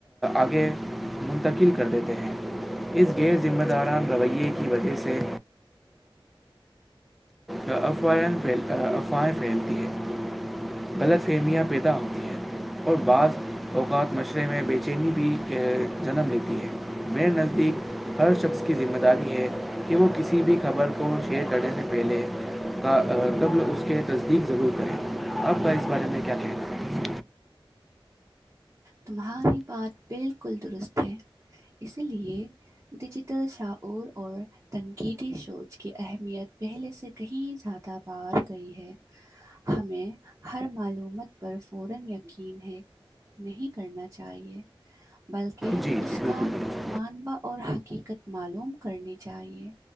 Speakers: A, in the centre; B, on the right.
A: آگے منتقل کر دیتے ہیں اس غیر ذمہ داران رویے کی وجہ سے افواہھی افواہیں پھیلتی ہے غلط فہمیا پیدا ہوتی ہیں اور بعض اوقات مشرے میں بے چینی بھی جنم لیتی ہے میرے نزدیک ہر شخص کی ذمہ داری ہے کہ وہ کسی بھی خبر کو شیئر کرنے پہلے کا تب اس کے تصدیق ضرور کریں آپ کا اس بارے میں کیا کہنا ہے
B: تمہاری بات بالکل درست ہے اسی لیے ڈیجیٹل شاہ اور تنقیدی شوچ کی اہمیت پہلے سے کہیں زیادہ بار گئی ہے ہمیں ہر معلومات پر فورا یقین ہے نہیں کرنا چاہیے بلکہ
A: جی جی
B: اس
A: بالکل
B: کا
A: بالکل
B: مان با اور حقیقت معلوم کرنی چاہیے